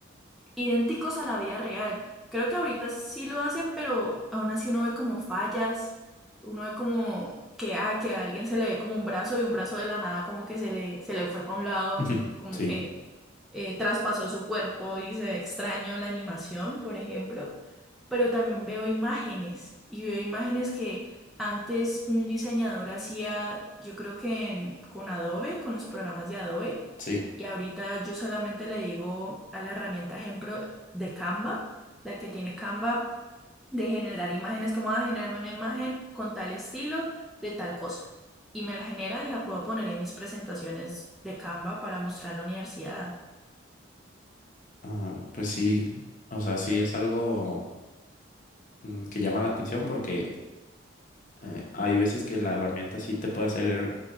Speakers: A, in the centre; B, on the left.
A: idénticos a la vida real. Creo que ahorita sí lo hacen, pero aún así uno ve como fallas, uno ve como que, ah, que a alguien se le ve como un brazo y un brazo de la nada como que se le, se le fue para un lado,
B: <laughs>
A: como
B: Sí,
A: que eh, traspasó su cuerpo y se extraño la animación, por ejemplo, pero también veo imágenes y veo imágenes que antes un diseñador hacía, yo creo que en- con Adobe, con los programas de Adobe,
B: sí,
A: y ahorita yo solamente le digo a la herramienta ejemplo de Canva, la que tiene Canva, de generar imágenes, como a generarme una imagen con tal estilo, de tal cosa. Y me la genera y la puedo poner en mis presentaciones de Canva para mostrar en la universidad.
B: Ah, pues sí, o sea, sí es algo mm, que llama la atención porque eh, hay veces que la herramienta sí te puede hacer